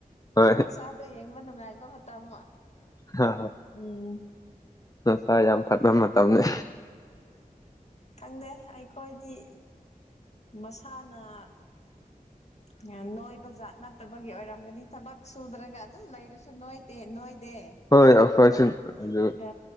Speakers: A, on the left; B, on the left.
A: ꯍꯣꯏ
B: ꯃꯁꯥꯗꯣ ꯌꯦꯡꯕ ꯅꯨꯡꯉꯥꯏꯕ ꯃꯇꯝ
A: ꯍꯥ ꯍ
B: ꯎꯝ
A: ꯗꯣꯁꯥ ꯌꯥꯝ ꯐꯠꯕ ꯃꯇꯝꯅꯦ
B: ꯈꯪꯗꯦ ꯑꯩꯈꯣꯏꯗꯤ ꯃꯁꯥꯅ <inaudible> ꯅꯣꯏꯕ ꯖꯥꯠ ꯅꯠꯇꯕꯒꯤ ꯑꯣꯏꯔꯝꯒꯅꯤ ꯊꯕꯛ ꯁꯨꯗ꯭ꯔꯒ ꯑꯗꯨꯝ ꯂꯩꯔꯁꯨ ꯅꯣꯏꯇꯦ ꯅꯣꯏꯗꯦ
A: <unintelligible> ꯑꯩꯈꯣꯏꯁꯨ‌ ꯑꯗꯨꯝ
B: ꯑ